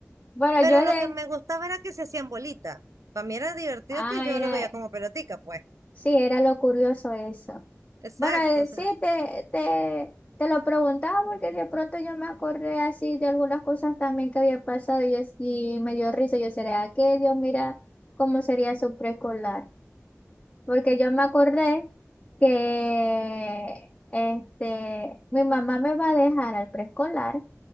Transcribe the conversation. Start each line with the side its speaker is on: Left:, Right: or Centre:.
Left: Bueno,
Right: Pero
Left: yo de...
Right: lo que me gustaba era que se hacían bolitas. Para mí era divertido
Left: Ah,
Right: que yo
Left: era...
Right: los veía como pelotica, pues.
Left: Sí, era lo curioso eso.
Right: Exacto,
Left: Bueno, eh,
Right: o sea,
Left: sí, te, te, te lo preguntaba porque de pronto yo me acordé así de algunas cosas también que había pasado y, yo, sí me dio risa. Yo sería, que Dios mira cómo sería su preescolar. Porque yo me acordé que este, mi mamá me va a dejar al preescolar